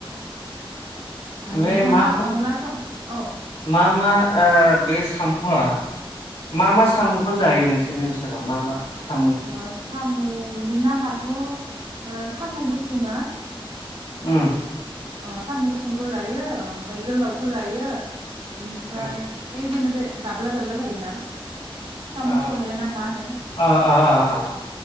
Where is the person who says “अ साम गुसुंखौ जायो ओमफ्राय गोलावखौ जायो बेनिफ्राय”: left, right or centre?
Right